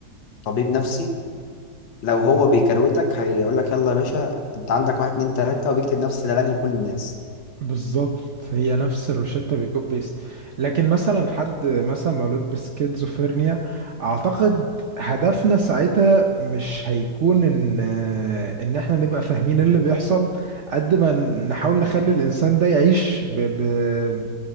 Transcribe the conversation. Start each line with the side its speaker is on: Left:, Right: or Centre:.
Left: طبيب نفسي لو هو بيكروتك هيقول لك يلا يا باشا انت عندك واحد اتنين تلاتة وبيكتب نفس العلاج لكل الناس
Right: بالظبط هي نفس الروشتة بيكوب بيست لكن مثلا حد مثلا مولود بسكيزوفرينيا اعتقد هدفنا ساعتها مش هيكون ان ان احنا نبقى فاهمين اللي بيحصل قد ما نحاول نخلي الانسان ده يعيش ب... ب...